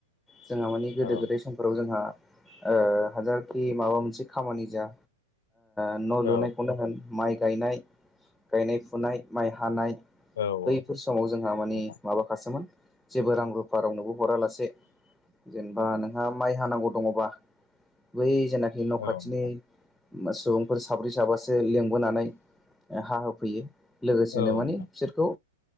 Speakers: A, in the centre; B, on the left.
A: जोंहा माने गोदो
B: औ
A: गोदाय सम फ्राव जोंहा ओ हाजारखि माबा मोनसे खामानि जाया ओ न' लुनायखौनो
B: औ
A: होन माइ गायनाय गायनाय फुनाय माइ हानाय।
B: औ
A: बैफोर समाव जोंहा
B: नोंथां
A: मानि माबाखासोमोन जेबो रां रुफा रावनोबो हरा लासे जेनेबा नोंहा माइ हानांगौ दङबा बै जेनाखि न'
B: औ
A: खाथिनि
B: नोंथां
A: सुबुंफोर साब्रै साबासो लिंबोनानै हाहोफैयो। लोगोसेनो
B: औ
A: माने
B: नोंथां
A: बिसोरखौ